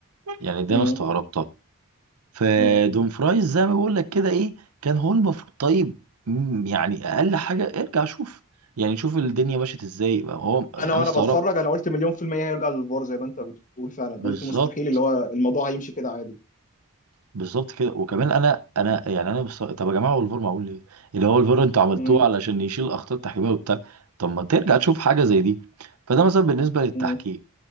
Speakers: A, on the right; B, on the left.
A: يعني دي
B: مم.
A: انا استغربتها فدوم
B: مم.
A: فرايز زي ما بقول لك كده ايه كان هو المفروض طيب مم، يعني اقل حاجه ارجع شوف يعني شوف الدنيا مشيت ازاي هو انا
B: انا وانا
A: استغربت
B: بتفرج انا قلت مليون في المية هيرجع للفار زي ما انت بتقول فعلا
A: بالظبط
B: قلت مستحيل اللي هو الموضوع هيمشي كده عادي
A: بالظبط كده وكمان انا انا يعني انا بص... طب يا جماعه هو الفار معمول ليه؟ اللي هو الفار انتوا عملتوه
B: مم.
A: علشان يشيل الاخطاء التحكيميه وبتاع طب ما ترجع تشوف حاجه زي دي فده مثلا بالنسبه للتحكيم
B: مم.